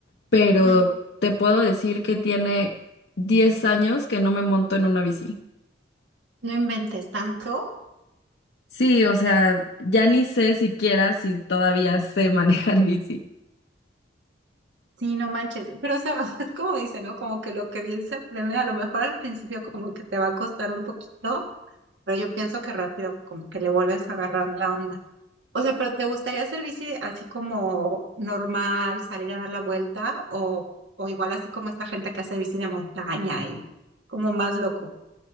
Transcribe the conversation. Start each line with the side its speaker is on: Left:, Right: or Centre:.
Left: pero
Right: Ujú.
Left: te puedo decir que tiene 10 años que no me monto en una bici.
Right: No inventes tanto,
Left: Sí, o sea, ya ni sé siquiera si todavía sé <laughs> manejar bici.
Right: sí, no manches, pero o sea, <laughs> es como dice, ¿no? Como que lo que bien se aprende, a lo mejor al principio como que te va a costar un poquito, pero yo pienso que rápido, como que le vuelves a agarrar la onda. O sea, pero ¿te gustaría hacer bici así como normal, salir a dar la vuelta o, o igual así como esta gente que hace bici de montaña y como más loco?